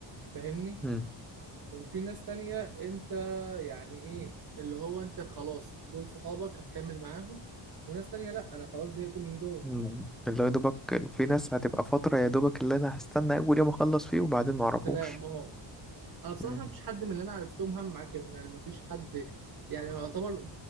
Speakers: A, on the right; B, in the centre.
A: فاهمني
B: مم.
A: وفي ناس تانية انت يعني ايه اللي هو انت خلاص دول صحابك هتكمل معاهم وناس تانية لا انا خلاص زهقت من دول
B: مم. اللي هو يا دوبك في ناس هتبقى فترة يا دوبك اللي أنا هستنى أول يوم أخلص فيه وبعدين معرفوش
A: وسلام اهو انا بصراحه
B: مم.
A: ما فيش حد من اللي انا عرفتهم هم معاه كده يعني ما فيش حد يعني يعتبر